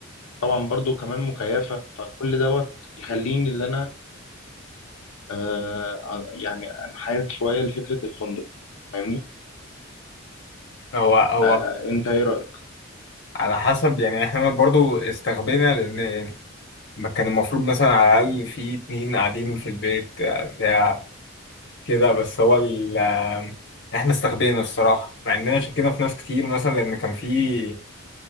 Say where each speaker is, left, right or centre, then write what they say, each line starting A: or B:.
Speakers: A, on the left; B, on the left.
A: طبعا برضو كمان مكيفة فكل دوت يخليني اللي أنا آه، آه، يعني أنحاز شوية لفكرة الفندق فاهمني؟
B: هو هو
A: آه، أنت إيه رأيك؟
B: على حسب يعني احنا برضو استغبينا لان ما كان المفروض مثلا على الاقل في اتنين قاعدين في البيت آه، بتاع كده بس هو ال آه، احنا استغبينا الصراحه مع اننا شكينا في ناس كتير مثلا لان كان في